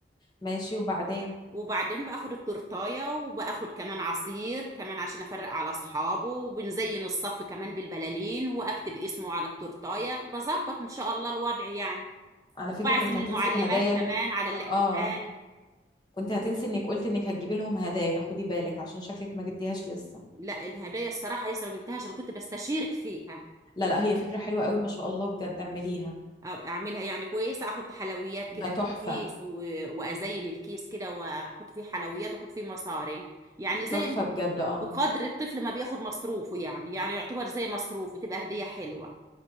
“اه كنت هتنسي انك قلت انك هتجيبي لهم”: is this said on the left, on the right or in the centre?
Left